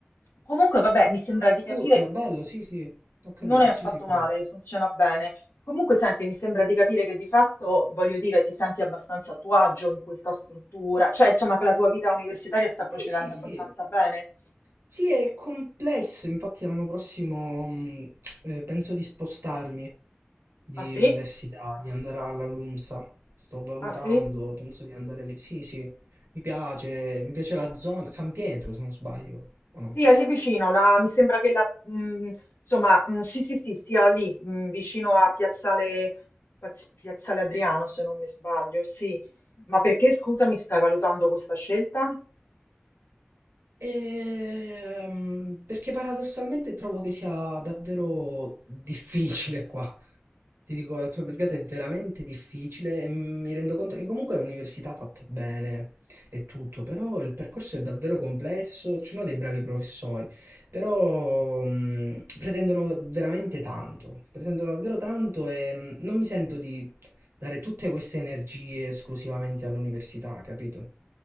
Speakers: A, on the left; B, on the right.
A: Comunque vabbè, mi sembra di
B: il Cultra,
A: capire
B: bello, sì, sì, ho capito,
A: non è affatto
B: sì, sì, qual
A: male,
B: è.
A: funziona bene. Comunque, senti, mi sembra di capire che di fatto, voglio dire, ti senti abbastanza a tuo agio in questa struttura, cioè insomma che la tua vita universitaria sta procedendo
B: Sì, sì, sì.
A: abbastanza bene.
B: Sì, è complesso, infatti l'anno prossimo mh, eh, penso di spostarmi. Di
A: Ah sì?
B: università, di andare alla LUMSA. Sto valutando,
A: Ah sì?
B: penso di andare lì. Sì, sì, mi piace, mi piace la zona, San Pietro se non sbaglio, o
A: Sì,
B: no?
A: è lì vicino, la- mi sembra che la, mh, insomma, mh, sì, sì, sì, sia lì, mh, vicino a Piazzale, Paz- Piazzale Adriano, se non mi sbaglio, sì. Ma perché, scusa, mi stai valutando questa scelta?
B: Ehm, perché paradossalmente trovo che sia davvero difficile qua. Ti dico, la tua brigata è veramente difficile e mi rendo conto che comunque è un'università fatta bene e tutto, però il percorso è davvero complesso, ci sono dei bravi professori, però mh, pretendono veramente tanto, pretendono davvero tanto e mh, non mi sento di dare tutte queste energie esclusivamente all'università, capito?